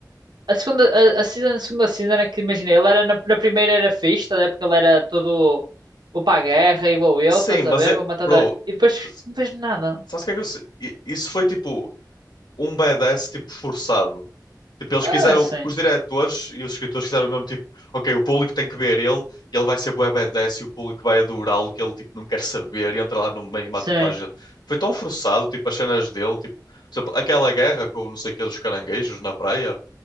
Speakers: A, on the right (about 80°); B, on the left (about 85°).
A: A segunda, a, a season, a segunda season era que, imagina, ele era na, na primeira era fixe, tá, a ver? porque ele era todo. Vou para a guerra e vou eu,
B: Sim,
A: estás
B: mas,
A: a ver?
B: é-
A: Vou matar.
B: bro,
A: ta- E depois
B: s-
A: não fez nada.
B: sabes o que é que eu... se- i- Isso foi tipo um badass tipo forçado. Tipo, eles
A: Ah,
B: quiseram,
A: sim,
B: os diretores e os escritores quiseram mesmo, tipo, ok, o público tem que ver ele, ele vai ser bué badass e o público vai adorá-lo, que ele, tipo, não quer saber e entra lá no meio e mata
A: sim.
B: toda a gente. Foi tão forçado, tipo, as cenas dele, tipo, por exemplo, aquela guerra com o não sei o que dos caranguejos na praia,